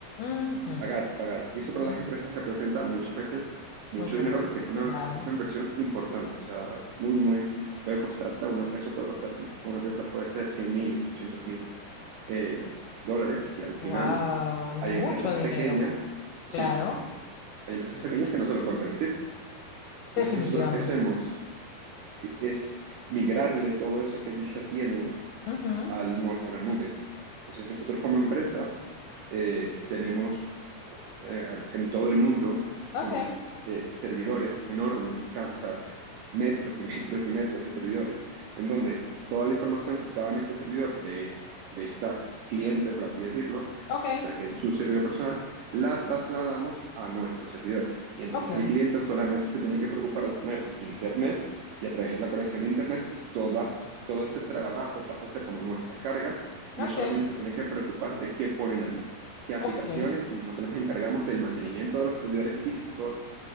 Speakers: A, on the left (about 80°); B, on the right (about 80°).
A: Ujú,
B: pagar, pagar. Y eso
A: ujú.
B: para las empresas representa muchas veces mucho
A: Mucho
B: dinero
A: gasto,
B: porque es una,
A: claro.
B: una inversión importante, o sea, muy, muy, puede costarte, a una, eso puede costar a una empresa, puede ser cien mil, doscientos mil eh, dólares, que al final
A: Wow, es
B: hay
A: mucho
B: empresas
A: dinero,
B: pequeñas. Sí,
A: claro,
B: Hay empresas pequeñas que no se lo pueden permitir.
A: definitivamente.
B: Entonces, nosotros qué hacemos es migrarle todo eso que ellos ya tienen
A: Ujú.
B: a nuestra nube. Entonces, nosotros como empresa eh, tenemos eh, en todo el mundo
A: Ok,
B: como eh, servidores enormes, ca- o sea, metros y metros y metros de servidores, en donde toda la información que estaba en este servidor de, de esta cliente, por así decirlo,
A: ok,
B: o sea, que en su servidor personal, la trasladamos a nuestros servidores. Y entonces
A: ok,
B: el cliente solamente se tiene que preocupar de tener internet y a través de la conexión de internet, pues toda, todo ese trabajo pasa a ser como nuestra carga y
A: ok,
B: ellos solamente se tienen que preocupar de qué ponen allí, qué aplicaciones,
A: ok,
B: y nosotros nos encargamos del mantenimiento de los servidores físicos